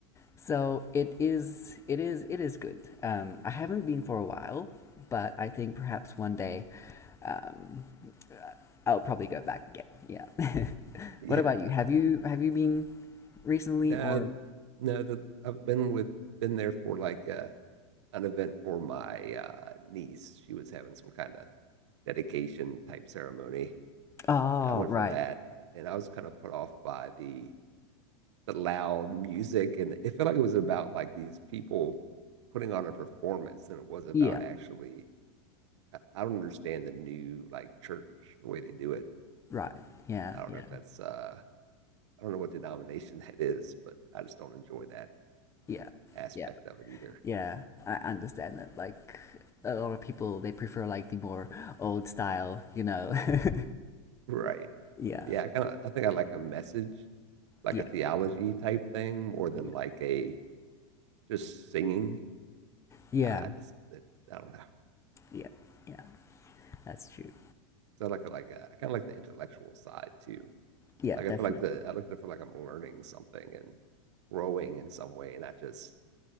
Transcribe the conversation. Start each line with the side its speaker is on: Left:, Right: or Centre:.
Left: So it is, it is, it is good. Um, I haven't been for a while, but I think perhaps one day um, I'll probably go back again. Yeah. <laughs>
Right: yeah,
Left: What about you?
Right: definitely.
Left: Have you have you been recently
Right: No,
Left: or?
Right: no, the, I've been with, been there for like uh, an event for my uh, niece. She was having some kind of dedication type ceremony,
Left: Oh,
Right: and I went
Left: right.
Right: for that. And I was kind of put off by the the loud music, and it felt like it was about like these people putting on a performance than it was about
Left: Yeah,
Right: actually. I, I don't understand the new like church the way they do it.
Left: right. Yeah,
Right: I don't
Left: yeah,
Right: know if that's uh, I don't know what denomination <laughs> that is, but I just don't enjoy that
Left: yeah,
Right: aspect
Left: yeah,
Right: of it either.
Left: yeah. I understand that. Like a lot of people, they prefer like the more old style, you know. <laughs>
Right: Right.
Left: Yeah,
Right: Yeah, I kind of I think I like a message like
Left: yeah,
Right: a theology type thing more than
Left: yeah,
Right: like a just singing.
Left: yeah,
Right: I just it, I don't know.
Left: yeah, yeah. That's true.
Right: So like a, like a, I kind of like the intellectual side too.
Left: Yeah,
Right: Like I
Left: definitely.
Right: feel like the I like to feel like I'm learning something and growing in some way, and not just